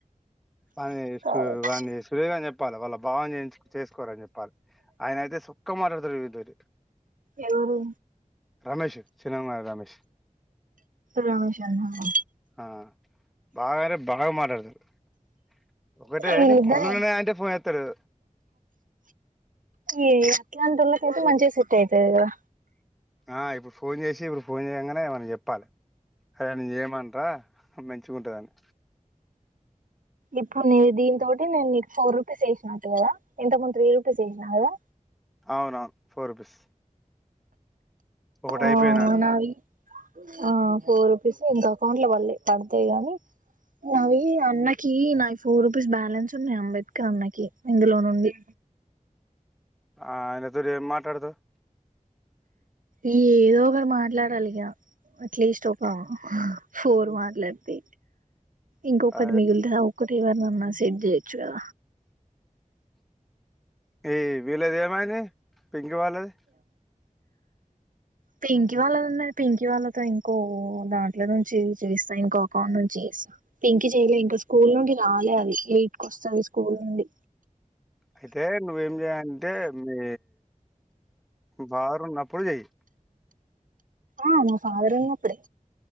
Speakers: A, in the centre; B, on the right.
A: ఆయన
B: కావచ్చు
A: వాన్ని సురేషు గాని చెప్పాలి వాళ్ళ బావ చేయుచు చేసుకోరా అని చెప్పాలి, ఆయన అయితే సుక్క మాట్లాడతారు.
B: ఎవరు
A: రమేష్ సినిమా రమేష్
B: రమేష్ అన్న నా
A: ఆ బాగారే బాగా మ <unintelligible> ఒకటే
B: వీళ్ళిద్దరే
A: నీ పళెన్ననే అయంటే ఫోన్ చేస్తలేడు
B: ఈ అట్లాంటోళ్ళకైతే మంచిగా సెట్ అయితది కదా
A: ఆ ఇప్పుడు ఫోన్ చేసి ఇప్పుడు ఫోన్ చేయంగానే ఏమన్నా చెప్పాలి, చెప్పాలి అదేన చేయమంటార మంచి ఉంటుదని
B: ఇప్పుడు నీకు దీని తోటి నేను నీ ఫోర్ రూపీస్ వేసినా కదా, ఇంత ముందు త్రీ రూపీస్ వేసినా కదా
A: అవునవును ఫోర్ రూపీస్ ఒకటి
B: ఆ
A: అయిపోయినట్టు
B: నాయి ఆ పోరు ఇంక అకౌంట్ లో వల్లే పడతాయి గానీ, అవి అన్నకి నా ఫో రూపీస్ బ్యాలెన్స్ ఉన్నాయి అంబేద్కర్ అన్నకి ఇందులో నుండి
A: ఆ ఆయన తోని ఏం మాట్లాడతావ్
B: ఏదో ఒకటి మాట్లాడాలిగా అట్లీస్ట్ ఒక ఫోర్ మాట్లాడితే ఇంకొకటి
A: ఆ,
B: మిగుల్తదావ్ ఒకటి ఎవరినన్నా సెట్ చేయొచ్చుకదా
A: ఏ వీళ్లది ఏమైంది పింకీ వాళ్లది
B: పింకీ వాళ్ళది ఉన్నది పింకీ వాళ్ల ఇంకో దాంట్లో నుంచి యూస్ చేస్తా ఇంకో అకౌంట్ నుండి యూస్ చేస్తా పింకీ చెయ్యలే ఇంకా స్కూల్ నుంచి రాలే అది అది యాటికి కి వస్తది
A: అయితే నువ్వేం చెయాలంటే మీ బారు ఉన్నప్పుడు చెయి
B: ఆ మా ఫాదర్ అప్పుడే